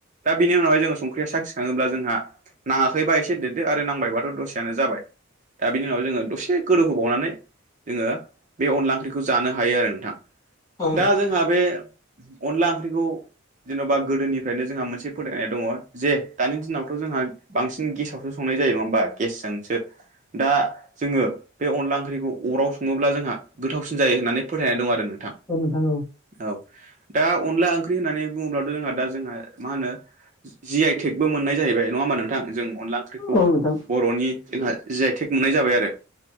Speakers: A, on the right (about 35°); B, on the left (about 15°).
A: दा। बिनि उनावाय जोंङो संख्रि साखि थांङोब्ला जोंहा नांङाखैबा एसे देरदो आरो नांबायबाथ' दसेानो जाबाय। दा बिनि उनाव जोंङो दसे गोदोव होबावनानै जोंङो बे अनला ओंख्रिखौ जानो हायो आरो नोंथां।
B: औ
A: दा जोंहा बे अनला ओंख्रिखौ जेन'बा गोदोनिफ्रायनो जोंहा मोनसे फोथायनाय दंङ जे दानि दिनावथ' जोंहा बांसिन गेसावसो संनाय जायो नंङा होमबा गेसजोंसो दा जोंङो बे अनला ओंख्रिखौ अराव संङोब्ला जोंहा गोथावसिन जायो होननानै फोथायनाय दं आरो नोंथां
B: औ नोंथां
A: औ। दा अनला ओंख्रि होननानै बुंङोब्लाथ' जोंहा दा जोंहा मा होनो जि आइटेकबो मोनो। नाय जाहैबाय नंङा होमबा नोंथां जों अनला ओंख्रिखौ
B: औ नोंथां औ नोंथां
A: बर'नि जोंहा जायटेक मोननाय जाबाय। आरो